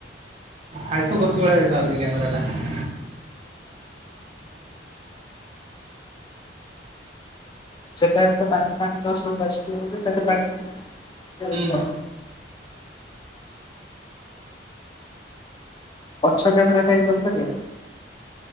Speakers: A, on the right; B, on the left.
A: ହାଇଫୁ କଷୁ ଭଳିଆ ଦେଖା ହଉଛି କ୍ୟାମେରା ଟା।
B: ସେଟା ଏତେ ତ ପାଣି ଫାଣି ତ ସବୁ ପଶୁଥିବ ବୋଧେ ତା <unintelligible> ପାଣି ଫାଣି
A: ହୁଁ
B: <inaudible> ପଛ କ୍ୟାମେରା ଟା ବି କରିପାରିବ।